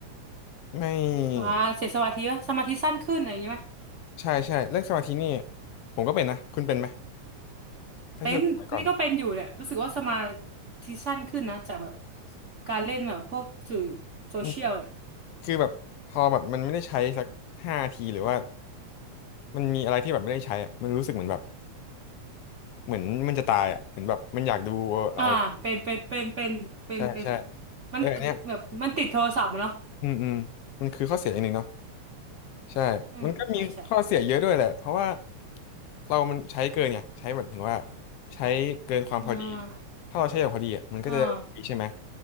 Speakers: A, on the left; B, on the right.
A: ไม่
B: อ่าเสียสมาธิปะสมาธิสั้นขึ้นอะไรอย่างงี้ไหม
A: ใช่ใช่เรื่องสมาธินี่ผมก็เป็นนะคุณเป็นไหมถ้าเทียบกับสมัยก่อน
B: เป็นนี่ก็เป็นอยู่เนี่ยรู้สึกว่าสมาธิสั้นขึ้นนะจากแบบการเล่นแบบพวกสื่อโซเชียลเนี่ย
A: อืมคือแบบพอแบบมันไม่ได้ใช้สักห้าทีหรือว่ามันมีอะไรที่แบบไม่ได้ใช้อ่ะมันรู้สึกเหมือนแบบเหมือนมันจะตายอ่ะเหมือนแบบมันอยากดูอะไร
B: อ่าเป็นเป็นเป็นเป็นเป็นเป็น
A: ใช่ใช่
B: มันแบบมันติดโทรศัพท์อะเนาะ
A: เอออันเนี้ยอืมอืมมันคือข้อเสียอย่างหนึ่งเนาะ ใช่มันก็มีข้อเสียเยอะด้วยแหละเพราะว่า
B: อืมใช่ใช่
A: เรามันใช้เกินไงใช้แมบถึงว่าใช้เกินความพอดี
B: อ่า
A: ถ้าเราใช้อย่างพอดีอ่ะมันก็จะดีใช่ไหม
B: อ่า